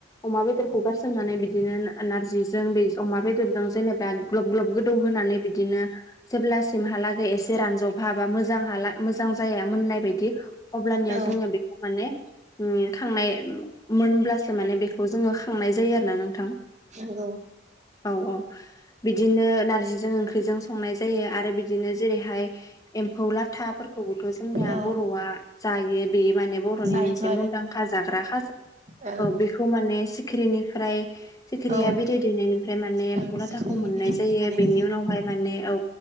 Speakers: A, on the left; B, on the right.
A: अमा बेदरखौ गारसोमनानै बिदिनो नारजिजों बे अमा बेदरजों जेनेबा ग्लाब ग्लब गोदौ होनोनानै बिदिनो जेब्लासिमहालागै एसे रानजब हाबा मोजां हाला मोजां जाया मोननाय बायदि अब्लानिया
B: औ
A: जोंङो बेखौ माने खांनाय मोनब्लासो माने बेखौ जोंङो खांनाय जायो आरोना नोंथां
B: नंगौ
A: औ औ बिदिनो नारजिजों ओंख्रिजों संनाय जायो आरो बिदिनो जेरैहाय एम्फौ लाथाफोरखौबोथ जोंनिया
B: औ
A: बरआ जायो बे माने बरनि
B: जायोथ'
A: मोनसे
B: आरो
A: मुंदांखा जाग्रा ख
B: औ
A: बेखौ माने सिखिरिनिफ्राय सिखिरिया
B: औ
A: बिदै दैनायनिफ्राय माने एम्फौ
B: औ
A: लाथाखौ
B: सिखिरिनि
A: मोननाय
B: बिदैनिफ्राय
A: जायो
B: बानायनाय
A: बेनि
B: जायो
A: उनावहाय माने औ